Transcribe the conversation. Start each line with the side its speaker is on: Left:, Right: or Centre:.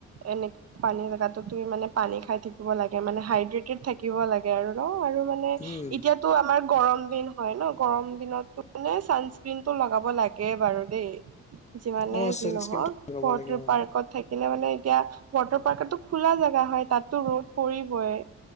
Right: এনেকে পানী জেগাতো তুমি মানে পানী খাই থাকিব লাগে মানে হাইড্ৰেটেড থাকিব লাগে আৰু ন আৰু মানে
Left: উম
Right: এতিয়াটো আমাৰ গৰম দিন হয় ন গৰম দিনতো মানে চানস্ক্ৰনতটো লগাব লাগে বাৰু দেই যিমানে
Left: অ
Right: যি
Left: চানস্ক্ৰীমটো
Right: নহওক
Left: লগাব
Right: ৱাটাৰ
Left: লাগে অ
Right: পাৰ্কত থাকিলে মানে এতিয়া ৱাটাৰ পাৰ্কতো খোলা জেগা হয় তাতো ৰ'দ পৰিবই।